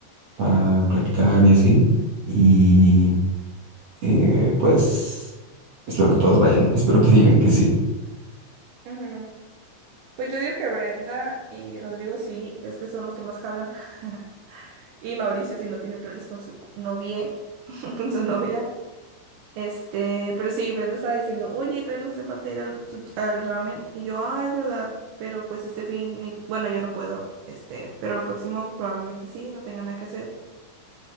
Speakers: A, on the right; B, on the right.
A: para platicar y así. Y eh, pues espero que todos vayan. <laughs> Espero que digan que sí.
B: Ujú. Pues yo digo que Brenda y Rodrigo sí, es que son los que más jalan. <laughs> Y Mauricio si no tiene planes con su novia, <laughs> con su novia. Este, pero sí, Brenda estaba diciendo, oye, todavía nos hace falta ir al, su- al ramen. Y yo, ah, es verdad, pero pues este fin, ni- bueno, yo no puedo, este, pero el próximo probablemente sí, no tenga nada que hacer.